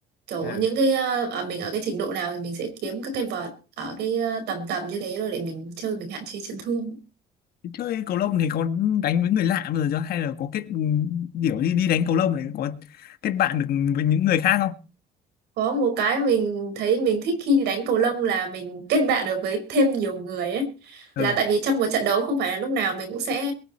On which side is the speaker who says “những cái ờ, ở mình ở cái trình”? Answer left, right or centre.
Right